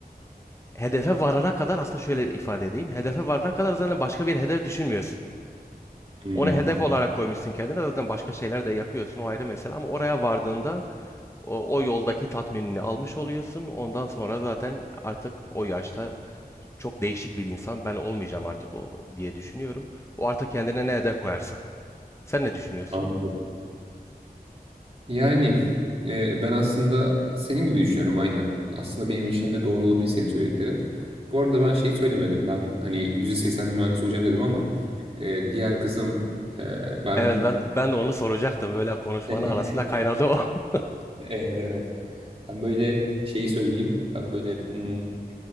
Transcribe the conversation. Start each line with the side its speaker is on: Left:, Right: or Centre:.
Left: hedefe varana kadar aslında şöyle ifade edeyim. Hedefe varana kadar zaten başka bir hedef düşünmüyorsun.
Right: Hmm,
Left: Onu hedef olarak koymuşsun kendine zaten başka şeyler de yapıyorsun o ayrı mesele ama oraya vardığında o, o yoldaki tatminini almış oluyorsun. Ondan sonra zaten artık o yaşta çok değişik bir insan ben olmayacağım artık o diye düşünüyorum. O artık kendine ne hedef koyarsa. Sen ne düşünüyorsun?
Right: anladım. Yani e, ben aslında senin gibi düşünüyorum aynen. Aslında benim için de doğru olabilir senin söylediklerin. Bu arada ben şey söylemedim. Ben hani %80 mühendis olacağım dedim ama e, diğer kısım e, ben
Left: Evet ben ben de onu soracaktım. Böyle konuşmanın
Right: <laughs> Evet
Left: arasında kaynadı o. <laughs>
Right: evet. Ben böyle şeyi söyleyeyim. Ben böyle hmm,